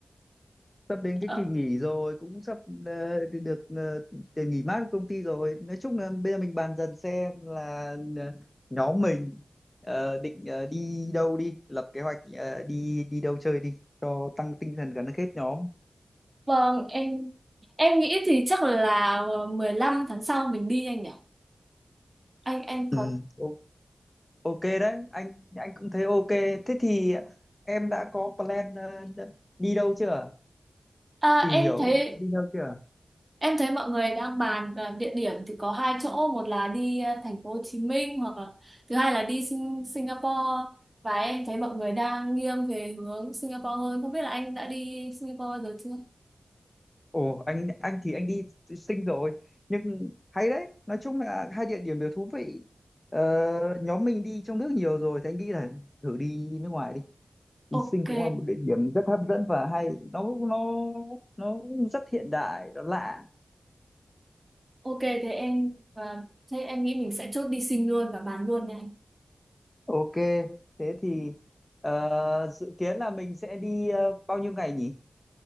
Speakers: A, on the left; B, on the right.
A: sắp đến cái
B: ờ,
A: kỳ nghỉ rồi, cũng sắp ờ, đi được ờ, tiền nghỉ mát của công ty rồi. Nói chung là bây giờ mình bàn dần xem là ờ, nhóm mình ờ, định ờ, đi đâu đi, lập kế hoạch ờ, đi đi đâu chơi đi, cho tăng tinh thần gắn kết nhóm.
B: vâng em em nghĩ thì chắc là ờ, 15 tháng sau mình đi anh nhỉ? Anh anh
A: Ừ,
B: có
A: o- ok đấy, anh anh cũng thấy ok. Thế thì em đã có plan ờ, đi đâu chưa?
B: à,
A: Tìm
B: em
A: hiểu
B: thấy
A: đi đâu chưa?
B: Em thấy mọi người đang bàn à, địa điểm thì có hai chỗ, một là đi à, thành phố Hồ Chí Minh hoặc là thứ hai là đi Sing Singapore và em thấy mọi người đang nghiêng về hướng Singapore hơn. Không biết là anh đã đi Singapore bao giờ chưa?
A: Ồ, anh anh thì anh đi sinh rồi nhưng hay đấy nói chung là hai địa điểm đều thú vị ờ, nhóm mình đi trong nước nhiều rồi thì anh nghĩ là thử đi nước ngoài đi đi
B: Ok,
A: sinh cũng là một địa điểm rất hấp dẫn và hay nó nó nó rất hiện đại nó lạ
B: ok thế em và thế em nghĩ mình sẽ chốt đi Sing luôn và bàn luôn này.
A: ok thế thì ờ, dự kiến là mình sẽ đi ờ, bao nhiêu ngày nhỉ